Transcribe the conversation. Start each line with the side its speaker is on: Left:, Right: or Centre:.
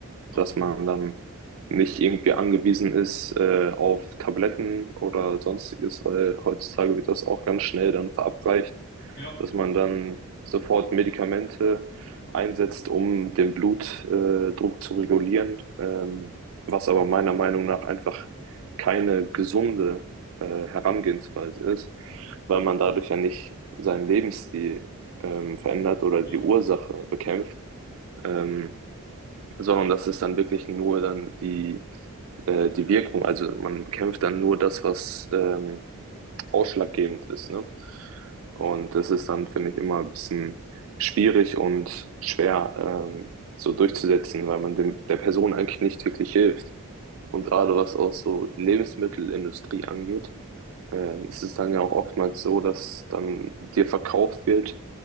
Left: Absolut.
Right: dass man dann nicht irgendwie angewiesen ist äh, auf Tabletten oder sonstiges, weil heutzutage wird das auch ganz schnell dann verabreicht
Left: Ja,
Right: dass man dann sofort Medikamente einsetzt, um den Blutdruck äh, Druck zu regulieren, ähm, was aber meiner Meinung nach einfach keine gesunde äh, Herangehensweise ist, weil man dadurch ja nicht seinen Lebensstil ähm, verändert oder
Left: ja,
Right: die Ursache bekämpft, ähm, sondern das ist dann wirklich nur dann die, äh, die Wirkung. Also man bekämpft dann nur das, was ähm, ausschlaggebend ist, ne? Und das ist dann, finde ich, immer ein bisschen schwierig und schwer ähm, so durchzusetzen, weil man dem, der Person eigentlich nicht wirklich hilft. Und gerade was auch so die Lebensmittelindustrie angeht, ähm, es ist dann ja auch oftmals so, dass dann dir verkauft wird,